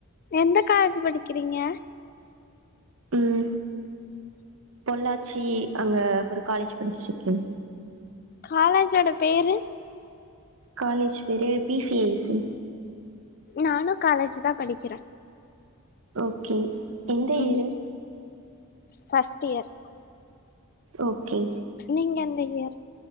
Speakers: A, on the left; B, on the right.
A: எந்த காலேஜ் படிக்கிறீங்க
B: ம்
A: அஹ <inaudible>
B: பொள்ளாச்சி அங்க ஒரு காலேஜ் படிச்சிட்டுருக்கேன்
A: காலேஷஜ்ஜோட பேரு
B: காலேஜ் பேரு பி சி ஏசி
A: நானும் காலேஜ் தான் படிக்கிறேன்
B: ஓகே எந்த
A: ம்
B: இயரு
A: ஃபஸ்ட் இயர்
B: ஓகே
A: நீங்க எந்த இயர்